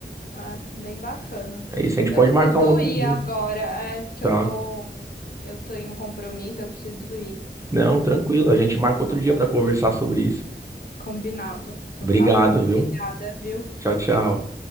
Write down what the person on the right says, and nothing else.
É isso, a gente
pode
marcar um outro
dia,
tá?
Não, tranquilo, a gente marca outro
dia para conversar sobre isso.
Obrigado,
viu?
Tchau, tchau.